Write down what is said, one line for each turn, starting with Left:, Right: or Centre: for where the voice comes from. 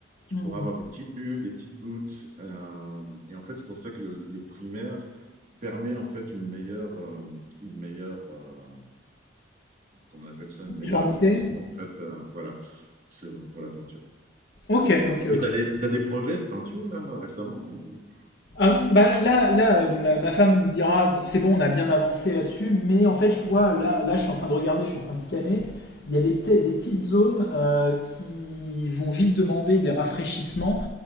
Right: Tu
Left: Hmm.
Right: pourras avoir des petites bulles, des petites gouttes. euh, et en fait, c'est pour ça que le, le primaire permet en fait une meilleure, euh, une meilleure, euh, comment on appelle ça, une meilleure
Left: Uniformité.
Right: application en fait, euh, voilà, sur- pour la peinture.
Left: Ok, ok, ok.
Right: Mais tu as des, t'as des projets de peinture là récemment ou-
Left: Ah, bah, là, là euh, ma, ma femme dira, c'est bon, on a bien avancé là-dessus, mais en fait, je vois, là, là, je suis en train de regarder, je suis en train de scanner, il y a des, p'ti- des petites zones euh, qui vont vite demander des rafraîchissements.